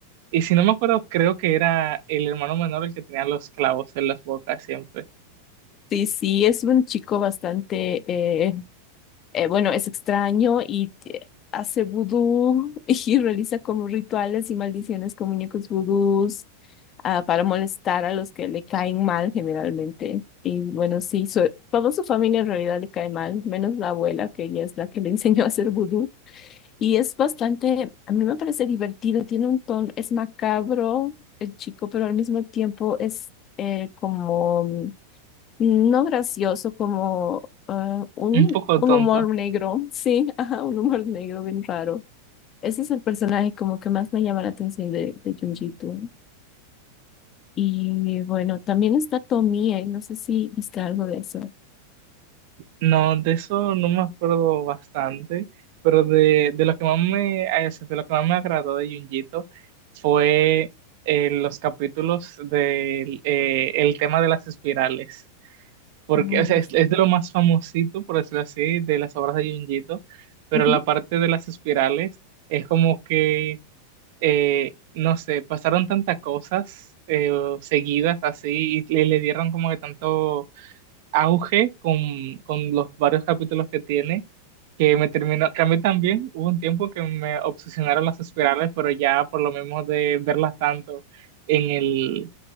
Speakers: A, on the right; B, on the left.
A: Y si no me acuerdo, creo que era el hermano menor el que tenía los clavos en las bocas siempre.
B: Sí, sí, es un chico bastante, eh, eh, bueno, es extraño y te- hace vudú <laughs> y realiza como rituales y maldiciones con muñecos vudús ah, para molestar a los que le caen mal generalmente. Y bueno, sí, su- toda su familia en realidad le cae mal, menos la abuela, que ella es la que le <laughs> enseñó a hacer vudú. Y es bastante, a mí me parece divertido, tiene un tono, es macabro el chico, pero al mismo tiempo es eh, como no gracioso, como ah, un,
A: Un poco
B: un
A: tonto.
B: humor negro, <laughs> sí, ajá, un humor negro bien raro. Ese es el personaje como que más me llama la atención de, de Junjito. Y bueno, también está Tomie, eh, no sé si viste algo de eso.
A: No, de eso no me acuerdo bastante, pero de, de lo que más me, eh, de lo que más me agradó de Junjito fue eh, los capítulos del eh, el tema de las espirales, porque
B: Oh,
A: o sea, es,
B: sí.
A: es de lo más famosito, por decirlo así, de las obras de Junjito, pero
B: Ujú.
A: la parte de las espirales es como que, eh, no sé, pasaron tantas cosas eh, seguidas así y, le le dieron como que tanto auge con, con los varios capítulos que tiene, que me terminó, que a mí también hubo un tiempo que me obsesionaron las espirales, pero ya por lo menos de verlas tanto en el,